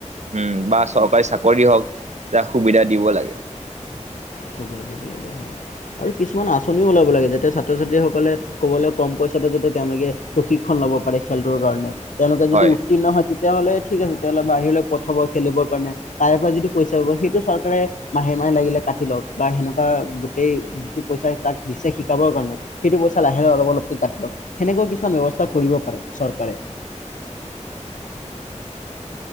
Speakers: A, on the right; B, on the left.
A: উম বা চৰকাৰী চাকৰি হওক যাক সুবিধা দিব লাগে।
B: সুবিধা দিব লাগে, উম। আৰু কিছুমান আঁচনিও ওলাব লাগে, যাতে ছাত্ৰ ছাত্ৰীসকলে ক'বলে কম পইাতে যাতে তেওঁলোকে প্ৰশিক্ষণ ল'ব পাৰে খেলটোৰ কাৰণে তেওঁলোকে যদি
A: হয়
B: উত্তীৰ্ণ হয় তেতিয়াহলে ঠিক আছে তেতিয়াহ'লে বাহিৰলৈ পঠাব খেলিবৰ কাৰণে তাৰে পৰা যিটো পইচা পাব সেইটো চৰকাৰে মাহে মাহে লাগিলে কাটি লওক বা সেনেকুৱা গোটেই যিটো পইচা তাক দিছে শিকাবৰ কাৰণে সেইটো পইচা লাহে অলপ অলপকে কাটি লওক। সেনেকুৱা কিছুমান ব্যৱস্থা কৰিব ব পাৰে চৰকাৰে।
A: <inaudible>